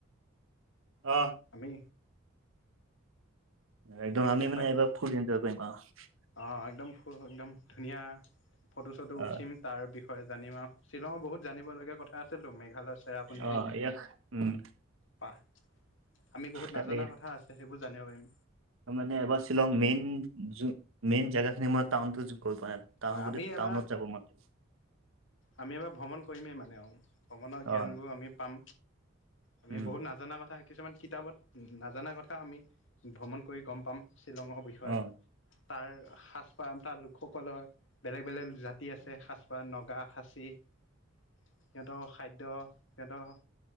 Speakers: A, on the right; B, on the left.
A: অঁ।
B: আমি।
A: একদম
B: গোটেই
A: আমি মানে
B: প্ৰাকৃতিক
A: এইবাৰ ফুল এনজয় কৰিম আৰু।
B: অ' একদম ফ একদম ধুনীয়া ফটো- চটো উঠিম।
A: অ
B: তাৰ বিষয়ে জানিম আৰু শ্বিলঙৰ বহুত জানিব লগগীয়া কথা আছে। মেঘালয় চেৰাপুঞ্জী।
A: অ ইয়াক উম
B: পাহ আমি বহুত
A: তাতে
B: নজনা কথা আছে, সেইবোৰ জানিব পাৰিম।
A: মানে এবাৰ শ্বিলং মেইন য মেইন জেগা খিনি মই টাউনতো গৈ পোৱা নাই। টা
B: হয়
A: গ
B: আমি এবাৰ
A: টাউনত যাব মন লাগিব <unintelligible>
B: আমি এবাৰ ভ্ৰমণ কৰিমেই মানে আৰু ভ্ৰমণৰ জ্ঞানবোৰ
A: অ
B: আমি পাম। আমি
A: উম
B: বহুত নজনা কথা কিছুমান কিতাপত নজনা কথা আমি। ভ্ৰমণ কৰি গম পাম শ্বিলঙৰ বিষয়ে।
A: অ
B: তাৰ সাজপাৰ তাৰ লোকসকলৰ বেলেগ- বেলেগ জাতি আছে সাজপাৰ নগা সাজা। সিহঁতৰ খাদ্য সিহঁতৰ।